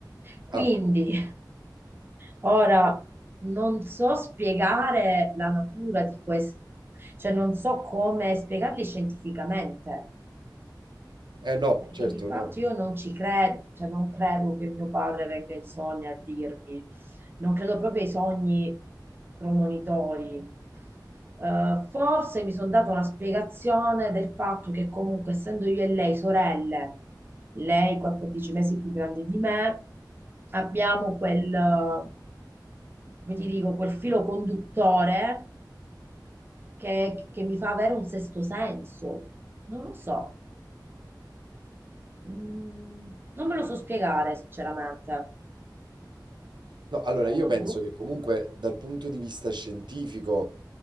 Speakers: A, on the right (about 30°); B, on the right (about 80°).
A: Quindi,
B: Ah,
A: ora non so spiegare la natura di questo, cioè non so come spiegarli scientificamente,
B: eh no,
A: perché
B: certo
A: di fatto
B: no.
A: io non ci credo, cioè non credo che mio padre venga in sogno a dirmi, non credo proprio ai sogni premonitori. Eh, forse mi sono dato la spiegazione del fatto che comunque essendo io e lei sorelle, lei 14 mesi più grande di me, abbiamo quel, eh, come ti dico, quel filo conduttore che, che mi fa avere un sesto senso. Non lo so, Mm, non me lo so spiegare sinceramente,
B: No, allora
A: però
B: io penso
A: boh.
B: che comunque dal punto di vista scientifico